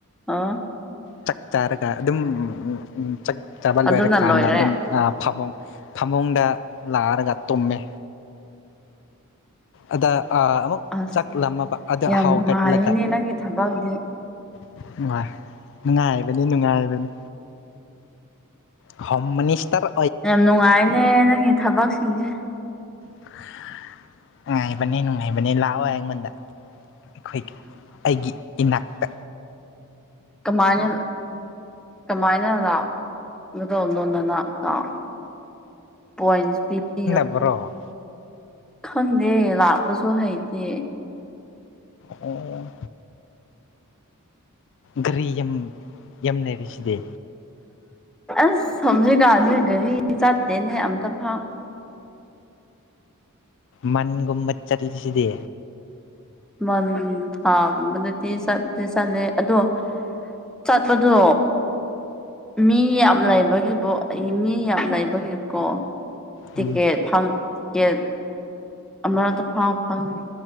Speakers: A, in the centre; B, on the left.
A: ꯑꯣ
B: ꯆꯥꯛ ꯆꯔꯒ ꯑꯗꯨꯝ ꯆꯥꯛ ꯆꯥꯕ ꯂꯣꯏꯔꯀꯥꯟꯗ
A: ꯑꯗꯨꯅ ꯂꯣꯏꯔꯦ
B: ꯑꯗꯨꯝ ꯑ ꯐꯃꯨꯡ ꯐꯃꯨꯡꯗ ꯂꯥꯛꯔꯒ ꯇꯨꯝꯃꯦ ꯑꯗ ꯑ ꯑꯃꯨꯛ
A: ꯑꯁ
B: ꯆꯥꯛ ꯂꯥꯝꯃꯕ ꯑꯗ
A: ꯌꯥꯝ
B: ꯍꯧꯒꯠꯂꯒ
A: ꯅꯨꯡꯉꯥꯏꯌꯦꯅꯦ ꯅꯪꯒꯤ ꯊꯕꯛꯇꯤ
B: <unintelligible> ꯅꯨꯡꯉꯥꯏꯕꯅꯤ ꯅꯨꯡꯉꯥꯏꯕꯅꯤ ꯍꯣꯝ ꯃꯤꯅꯤꯁꯇ꯭ꯔ
A: ꯌꯥꯝ ꯅꯨꯡꯉꯥꯏꯝꯅꯦ ꯅꯪꯒꯤ ꯊꯕꯛꯁꯤꯡꯖꯦ
B: ꯉꯅꯨꯡꯉꯥꯏꯕꯅꯦ ꯅꯨꯡꯉꯥꯏꯕꯅꯦ ꯂꯥꯛꯑꯣ ꯑꯩꯉꯣꯟꯗ ꯑꯩꯈꯣꯏꯒꯤ ꯑꯩꯒꯤ ꯏꯅꯥꯛꯇ
A: ꯀꯃꯥꯏꯅ ꯀꯃꯥꯏꯅ ꯂꯥꯛꯀꯗꯧꯕꯅꯣ ꯅꯅꯥꯛꯇ <unintelligible> ꯄꯣꯏꯟꯠꯁ ꯄꯤꯕꯤꯌꯣ
B: ꯕꯥꯔꯣ
A: ꯈꯪꯗꯦ ꯂꯥꯛꯄꯁꯨ ꯍꯩꯇꯦ
B: ꯑꯣ ꯒꯥꯔꯤ ꯌꯥꯝ ꯌꯥꯝ ꯂꯩꯔꯤꯁꯤꯗꯤ
A: ꯑꯁ ꯍꯧꯖꯤꯛꯀꯥꯟꯖꯤ ꯒꯥꯔꯤ ꯆꯥꯠꯇꯦꯅꯦ ꯑꯝꯇꯥ ꯐꯥꯎ
B: ꯃꯟꯒꯨꯝꯕ ꯆꯠꯂꯤꯁꯤꯗꯤ
A: ꯃꯟ ꯊꯥꯒꯨꯝꯕꯗꯗꯤ ꯆꯠꯇꯤ ꯆꯠꯂꯦ ꯑꯗꯣ ꯆꯠꯄꯗꯣ ꯃꯤ ꯌꯥꯝ ꯂꯩꯕꯒꯤꯕꯣ ꯑꯩ ꯃꯤ ꯌꯥꯝ ꯂꯩꯕꯒꯤꯀꯣ ꯇꯤꯀꯦꯠ
B: ꯎꯝ
A: ꯐꯪ ꯇꯤꯀꯦꯠ ꯑꯃꯔꯛꯇꯥ ꯐꯥꯎ ꯐꯪ